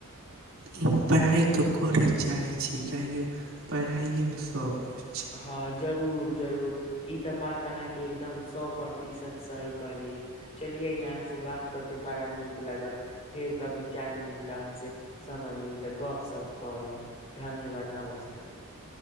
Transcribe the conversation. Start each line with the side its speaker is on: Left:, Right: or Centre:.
Right: हम पढ़ाई त करे चाहै छी। कियाकि पढ़ाईये मे सब कुछ
Left: हाँ जरू र जरूर ई तऽ बात अहाँ के एगदम सौ प्रतिशत सही कहलिये चलिये इहां से बात कऽ के बड़ा नीक लागल, फेर कभी टाइम मिलता अहाँ से समय मिली तऽ गप सप करब। धन्यवाद, नमस्कार।